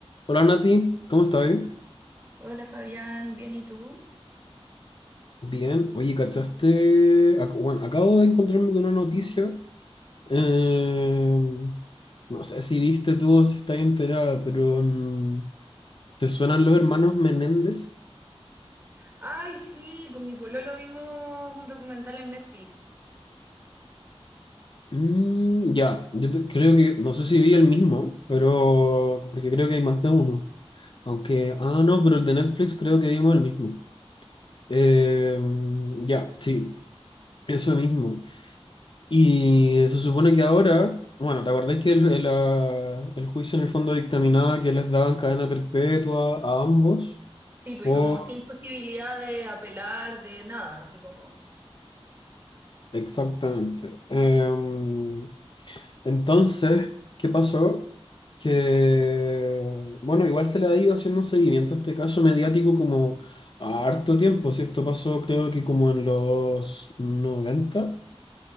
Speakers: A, on the left (about 50°); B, on the right (about 20°).
A: Hola Nati, ¿cómo estás?
B: Hola Fabián, ¿bien y tú?
A: Bien, oye, ¿cachaste? Ac- bueno, acabo de encontrarme con una noticia. eh, no sé si viste tú o si estás enterada, pero mm, ¿te suenan los hermanos Menéndez?
B: Ay, sí, con mi pololo vimos un documental en Netflix.
A: Mm, ya, yo te- creo que, no sé si vi el mismo, pero porque creo que hay más de uno. Aunque, ah, no, pero el de Netflix creo que vimos el mismo. Eh, ya, sí, eso mismo. Y se supone que ahora, bueno, ¿te acordáis que el, el, ah, el juicio en el fondo dictaminaba que les daban cadena perpetua a ambos?
B: Sí, pues
A: O
B: y como sin posibilidad de apelar, de nada, así como,
A: exactamente. Em, entonces, ¿qué pasó? Que, bueno, igual se le ha ido haciendo un seguimiento a este caso mediático como a harto tiempo. Si esto pasó, creo que como en los 90